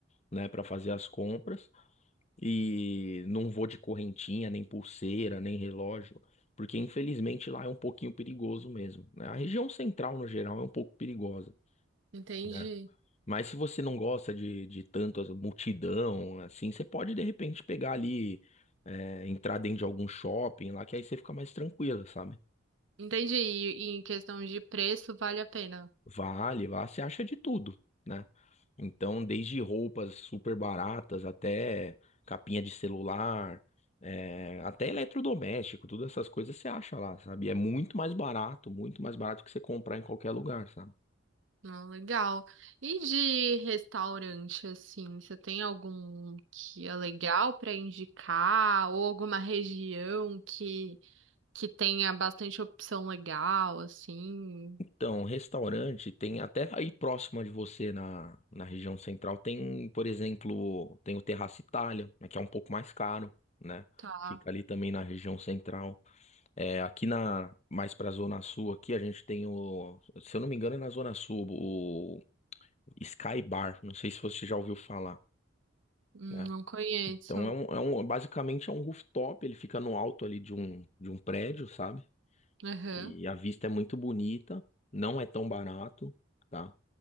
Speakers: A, on the left; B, on the right.
A: né, para fazer as compras e não vou de correntinha, nem pulseira, nem relógio, porque infelizmente lá é um pouquinho perigoso mesmo, né? A região central no geral é um pouco perigosa,
B: entendi.
A: né? Mas se você não gosta de, de tanto as- multidão, assim, você pode de repente pegar ali, é, entrar dentro de algum shopping lá, que aí você fica mais tranquila, sabe?
B: Entendi. E, e em questão de preço, vale a pena.
A: Vale, lá você acha de tudo, né? Então, desde roupas super baratas até capinha de celular, é, até eletrodoméstico, todas essas coisas você acha lá, sabe? E É muito mais barato, muito mais barato que você comprar em qualquer lugar, sabe?
B: Não, legal. E de restaurante, assim, você tem algum que é legal para indicar ou alguma região que que tenha bastante opção legal, assim?
A: Então, restaurante tem até aí próximo de você na, na região central tem, por exemplo, tem o Terraço Itália, né, que é um pouco mais caro, né?
B: Tá.
A: Fica ali também na região central. É, aqui na mais pra Zona Sul aqui a gente tem o, se eu não me engano é na Zona Sul, o Sky Bar, não sei se você já ouviu falar,
B: Hum,
A: né?
B: Não conheço.
A: Então é um, é um- basicamente é um rooftop, ele fica no alto ali de um de um prédio, sabe?
B: Aham.
A: E a vista é muito bonita, não é tão barato, tá?